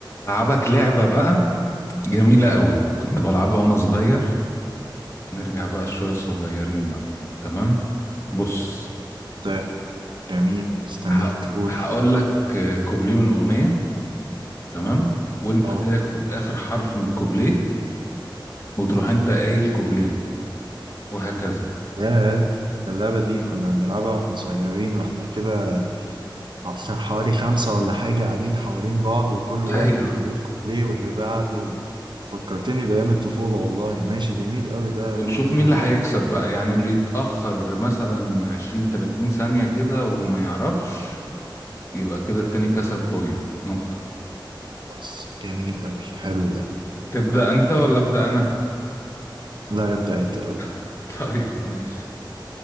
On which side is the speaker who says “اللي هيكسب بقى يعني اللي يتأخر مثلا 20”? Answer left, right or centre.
Left